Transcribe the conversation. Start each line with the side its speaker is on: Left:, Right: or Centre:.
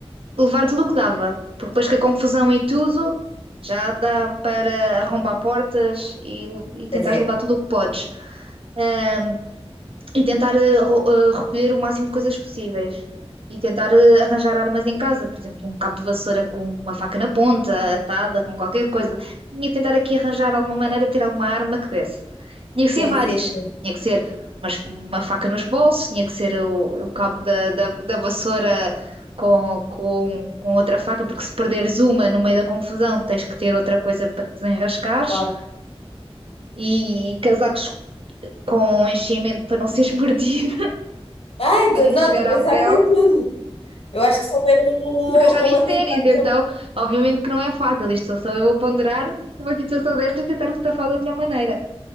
Right: levar tudo o que dava, porque depois com a confusão e tudo, já dá para arrombar portas e, e tentar
Left: Pois é.
Right: levar tudo o que podes. Ahm, e tentar eh, ro- eh, recolher o máximo de coisas possíveis. E tentar eh, arranjar armas em casa, por exemplo, um cabo de vassoura com uma faca na ponta, atada, com qualquer coisa. Tinha que tentar aqui arranjar alguma maneira de ter alguma arma que desse. Tinha que ser
Left: Sim,
Right: várias.
Left: sim, sim.
Right: Tinha que ser umas- uma faca nos bolsos, tinha que ser o, o cabo da, da, da vassoura com, com, com outra faca, porque se perderes uma no meio da confusão, tens que ter outra coisa para te desenrascares.
Left: Claro.
Right: E casacos com enchimento para não seres <laughs> mordido
Left: Ai,
Right: para
Left: de,
Right: antes
Left: não,
Right: chegar
Left: de
Right: à
Left: pensar
Right: pele,
Left: em tudo. Eu acho que se houver um,
Right: porque eu já vi
Left: um atentado.
Right: séries, então obviamente que não é fácil. Isto sou só eu a ponderar uma situação desta e tentar me safar da melhor maneira.